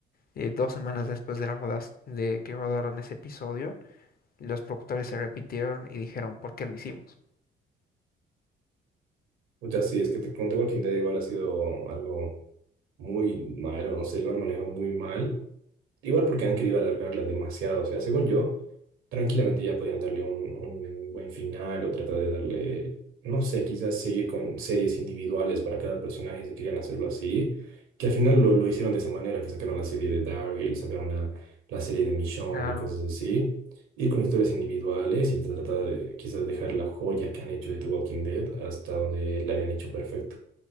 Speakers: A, on the left; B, on the right.
A: eh, dos semanas después de, las rodas, de que rodaron ese episodio, los productores se arrepintieron y dijeron, ¿por qué lo hicimos?
B: O sea, sí, es que te conté Walking Dead igual ha sido algo muy malo, no sé, lo han manejado muy mal. Igual porque han querido alargarla demasiado. O sea, según yo, tranquilamente ya podían darle un, un buen final o tratar de darle, no sé, quizás seguir con series individuales para cada personaje si querían hacerlo así. Que al final lo, lo hicieron de esa manera, que sacaron la serie de Daryl, sacaron la, la serie de Michonne
A: Claro,
B: y cosas así. Ir con historias individuales y tratar de quizás dejar la joya que han hecho de The Walking Dead hasta donde la habían hecho perfecto.